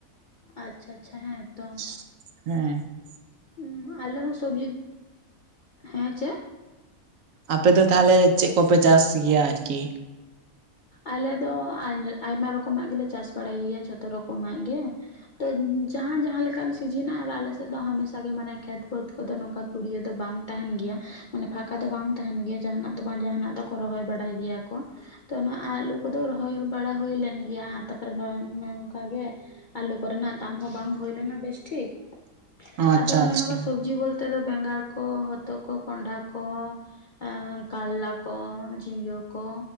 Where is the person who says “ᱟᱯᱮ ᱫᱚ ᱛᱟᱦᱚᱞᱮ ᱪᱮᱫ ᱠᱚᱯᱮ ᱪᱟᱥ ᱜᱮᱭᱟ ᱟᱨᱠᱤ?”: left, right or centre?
Right